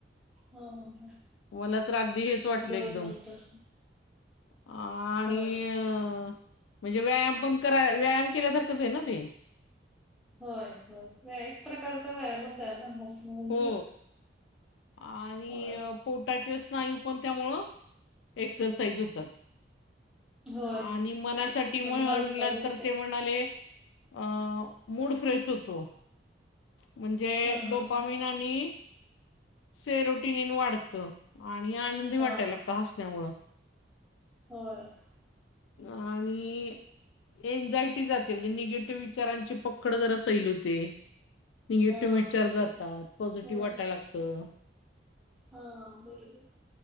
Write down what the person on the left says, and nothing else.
मला तर अगदी हेच वाटलं
एकदम.
आणि
अ. म्हणजे व्यायाम पण करा, व्यायाम केल्यासारखंच आहे ना ते.
हो आणि
पोटाचे स्नायू पण त्यामुळं एक्सरसाईज होतात.
आणि मनासाठी
म्हणला
तर ते म्हणाले अ मूड फ्रेश होतो. म्हणजे
डोपाविन,
आणि सेरोटिनीन वाढतं. आणि आनंदी वाटायला
लागतं हसण्यामुळं.
आणि. एन्झायटी जाते, म्हणजे निगेटिव्ह विचारांची पकड जरा सैल होते. निगेटिव्ह
विचार
जातात. पॉझिटिव्ह
वाटायला लागतं.